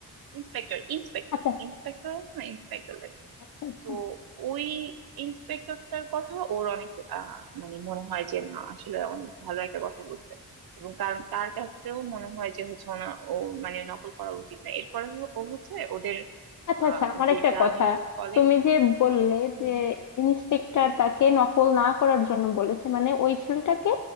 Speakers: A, on the right (about 65°); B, on the left (about 50°).
A: ইন্সপেক্টর ইন্সপেক্টর
B: আচ্ছা
A: ইন্সপেক্টর আছে না ইন্সপেক্টর লেভেল।
B: আচ্ছা আচ্ছা
A: তো ওই ইন্সপেক্টরটার কথা ওর অনেক আহ মানে মনে হয় যে না আসলে অনেক ভালো একটা কথা বলছে এবং তার তার কাছেও মনে হয় যে হচ্ছে ওনা ও মানে নকল করা উচিত না এরপরে ও ও হচ্ছে ওদের
B: আচ্ছা
A: আহ
B: আচ্ছা আমার
A: যে
B: একটা
A: গ্রামের
B: কথা
A: কলেজ
B: তুমি যে বললে
A: হুম
B: যে ইন্সপেক্টর তাকে নকল না করার জন্য বলেছে মানে ওই ছেলেটাকে